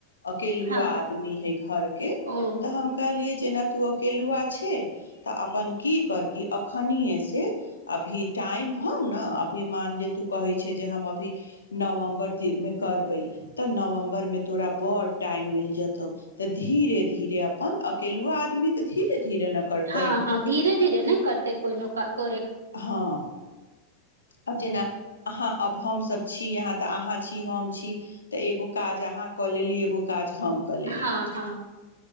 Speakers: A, on the left; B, on the right.
A: अकेलुआ
B: हँ
A: आदमी ह घर तऽ
B: ओ
A: हम कहलियै जेना तू अकेलुआ छै तऽ अपन की करकि अखनि से अभी टाइम होउ ने अभी मान जे तू कहै छै जे हम अभी नवम्बर मे करबै तऽ नवम्बर मे तोरा बड़ टाइम मिल जेतौ तऽ धीरे धीरे हन अकेलूआ आदमी तऽ धीरे धीरे ने करतै
B: हँ हँ धीरे धीरे नहि करते कोइ नक को
A: हँ अब जेना अहाँ हम सब छी अहाँ अहाँ छी हम छी त एगो काज अहाँ कऽ लेली एगो क कऽ लेली
B: हँ हँ